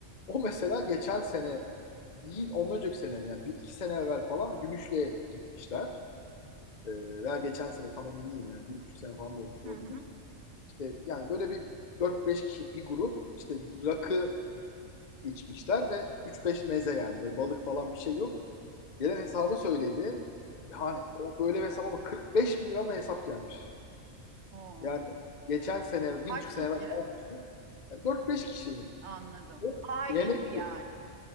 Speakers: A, on the left (about 40°); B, on the right (about 60°).
A: o mesela geçen sene değil ondan önceki sene mi? Yani bir iki sene evvel falan Gümüşlü'ye gitmişler. E, veya geçen sene tam emin değilim yani. Bir buçuk sene falan da olmuş
B: Hı
A: olabilir.
B: hı.
A: İşte yani böyle bir dört beş kişilik bir grup işte rakı içmişler ve üç beş meze yani böyle balık falan bir şey yok. Gelen hesabı söyledi. Yani o böyle bir hesap ama 45 bin lira mı hesap gelmiş.
B: Oo.
A: Yani geçen sene,
B: Kaç
A: bir buçuk
B: kişi?
A: sene evvel falan yapmıştım. Yani 4-5 kişi.
B: Anladım.
A: Bu
B: Aile
A: Yemek
B: gibi yani.